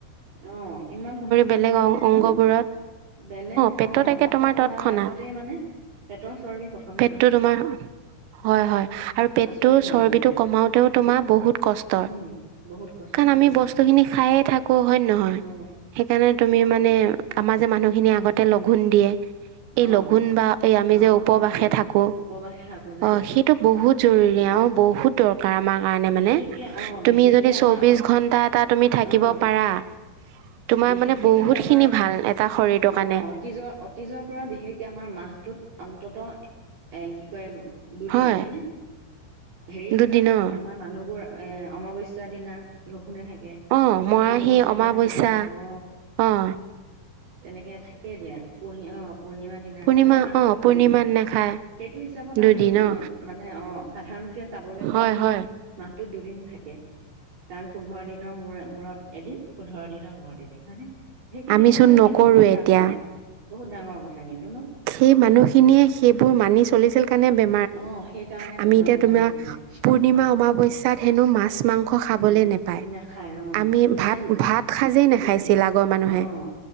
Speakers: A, on the right (about 50°); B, on the right (about 75°).
A: অ ইমান সোনকালে
B: বেলেগ
A: বাঢ়ি
B: অ
A: যায়
B: অংগবোৰত
A: ন বেলেগ
B: পেটত
A: অ
B: একে
A: শকত
B: তোমাৰ
A: হোৱাৰ
B: তৎক্ষণাত
A: আগতেই মানে পেটৰ চৰ্বি প্ৰথম
B: পেটটো তোমাৰ হয় হয় আৰু পেটটো
A: আচৰিত ধৰণৰ
B: চৰ্বিটো
A: কিন্তু
B: কমাওতেও তোমাৰ বহুত কষ্ট
A: উম বহুত কষ্ট
B: কাৰণ আমি
A: বহুত
B: বস্তু
A: কষ্ট
B: খিনি খাই থাকো। হয় নহয়
A: অ
B: সেইকাৰণে তুমি মানে আমাৰ যে মানুহখিনি আগতে লঘোণ দিয়ে এই
A: অ
B: লগুন বা এই আমি
A: লঘোণ
B: যে উপবাসে
A: অ
B: থাকো। অ
A: উপবাসে থাকো যে
B: সেইটো বহুত জৰুৰী
A: উম
B: আৰু বহুত দৰকাৰ আমাৰ কাৰণে
A: বিশেষকে
B: মানে,
A: অ বিশেষকে
B: তুমি যদি
A: আমাৰ
B: চৌবিছ ঘণ্টা এটা তুমি থাকিব
A: অ
B: পাৰা। তোমাৰ
A: বিশেষকে
B: মানে বহুত
A: কিন্তু আমাৰ,
B: খিনি ভাল এটা শৰীৰটোৰ
A: অ
B: কাৰণে
A: অতীজৰ অতীজৰ পৰা বিশেষকে আমাৰ মাহটোত অন্তত। এ কি কয়? দুদিন
B: হয়
A: হয়নে হেৰি
B: দুদিনৰ
A: দিনা আমাৰ আমাৰ মানুহবোৰ এ অমাৱস্যা দিনা লঘোণে থাকে
B: অহ
A: হয়নে
B: মৰাহি
A: অমাৱস্যা
B: অমাৱস্যা
A: দিনা নাখায় অ
B: আহ!
A: তেনেকে থাকে দিয়া পূৰ্ণি অ পূৰ্ণিমাৰ দিনা
B: পূৰ্ণিমা
A: মানে মাহটোত
B: অ পূৰ্ণিমাত
A: দুদিন
B: নাখায়
A: সেইটো হিচাপত
B: দুদিন
A: আমি
B: অ
A: মানে অ সাধাৰণকে চাবলৈ গলে
B: হয়
A: দুদিন
B: হয়
A: মাহটোত দুদিন থাকে। কাৰণ পোন্ধৰ দিনৰ মূৰে মূৰত এদিন, পোন্ধৰ দিনৰ মূৰতে এদিন হয়নে সেইখিনি
B: আমিচোন
A: সেইটো
B: নকৰোৱে
A: কিন্তু, বহুত ডাঙৰ
B: এতিয়া
A: বহুত ডাঙৰ কথা। কিন্তু ন
B: সেই মানুহখিনিয়ে সেইবোৰ মানি চলিছিল কাৰণে বে
A: অ সেইকাৰণে
B: আি
A: বেমাৰ
B: এতিয়াস
A: আজাৰ একো নাই
B: হেন মা মাংস খাবলে
A: উম
B: নেপায়
A: নাখায় অ
B: আমি
A: মানে
B: ভাত ভাত সাজেই নাখাইছিল
A: যোন
B: আগৰ মানুহে
A: অ